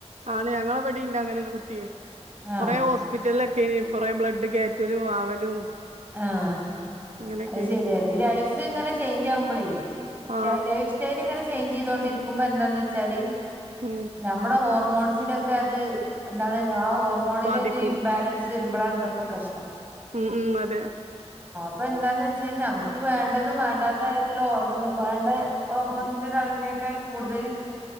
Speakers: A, on the right; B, on the right.
A: ആണ് ഞങ്ങളെ വടീൻ്റങ്ങനൊരു കുട്ട്യേ
B: ആഹ്
A: കൊറെ ഹോസ്പിറ്റൽ ലൊ ക്കെ കൊറെ ബ്ലഡ് കേറ്റലും ആവലും
B: ആഹ്
A: അങ്ങനെയൊക്കെനി
B: അത് ശെര്യാ ഈ ലൈഫ് ങ്ങനെ ചെയ്ഞ്ചാവുമ്പളേ
A: ആ
B: റ്റൈ ലൈഫ് സ്റ്റൈല്ങ്ങനെ ചെയ്ഞ്ചെയ്തോണ്ടിരിക്കുമ്പോ എന്താന്ന് വെച്ചാല്
A: ഉം
B: നമ്മടെ ഹോർമോ സിനൊക്കത് എന്താണ് ആ ഹോർമോണിനൊരു
A: ബാധിക്കും
B: ഇംബാലൻസ് വെരുമ്പളാണ് ഇതൊക്കെ പ്രശ്നം.
A: ഉം ഉം അതെ
B: പ്പൊ എന്താന്ന് വെച്ചാൽ നമക്ക് വേണ്ടതും വേണ്ടാത്തതായിട്ട്ള്ള ഹോർമോ വേണ്ട ഹോർമോൺസിൻ്റൊരളവിന് പിന്നത് കൂടുതല്